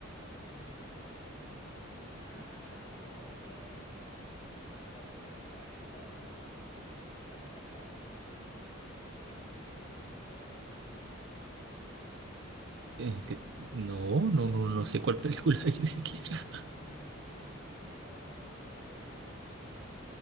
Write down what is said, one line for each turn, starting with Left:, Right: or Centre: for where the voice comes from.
Left: grande. Mira, es que. Ah, ok. El, el man de la película esta de que está en una cárcel, que, que, que tiene un amiguito que es ratoncito.
Right: Eh, que- no, no, no, no sé cuál <laughs> película es ni siquiera.
Left: Dale, pero es que no, no sé en qué otra película aparece.